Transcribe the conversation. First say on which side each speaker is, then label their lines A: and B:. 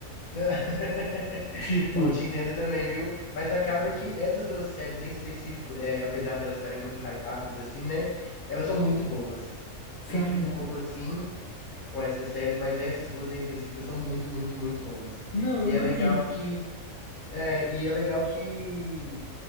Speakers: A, on the left; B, on the left.
A: Né? <laughs>
B: Tipo,
A: Eu te entendo também, viu? Mas acaba que essas duas séries em específico, é, apesar de elas estarem muito hypadas, assim, né? Elas são muito boas.
B: são,
A: Eu fico
B: né?
A: um pouco assim com essas séries, mas essas duas em específico são muito, muito, muito boas.
B: Não, eu
A: E
B: imagino.
A: é legal que, é, e é legal que